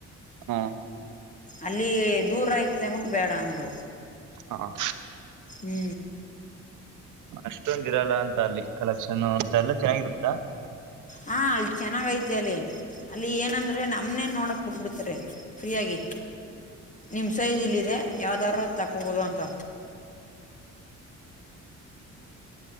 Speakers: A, on the right; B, on the left.
A: ಹಾಂ
B: ಅಲ್ಲಿ ದೂರ ಐತೆ ಉಂಟು ಬೇಡ ಅಂದ್ರು
A: ಹಾಂ
B: ಹ್ಮ್
A: ಅಷ್ಟೊಂದ ಇರಲ್ಲ ಅಂತ ಅಲ್ಲಿ ಕಲೆಕ್ಷನ್ ಅಂತ ಎಲ್ಲ ಚೆನ್ನಾಗಿರುತ್ತಾ
B: ಹಾ ಅಲ್ಲಿ ಚೆನ್ನಾಗ್ ಐತೆ ಅಲ್ಲಿ ಅಲ್ಲಿ ಏನಂದ್ರೆ ನಮ್ನೆ ನೋಡಕ್ ಬಿಟ್ಬಿಡ್ತಾರ ಫ್ರೀ ಆಗಿ ನಿಮ್ ಸೈಜ್ ಇಲ್ಲಿದೆ ಯಾವ್ದಾರ ತಕೋಬಹದು ಅಂತ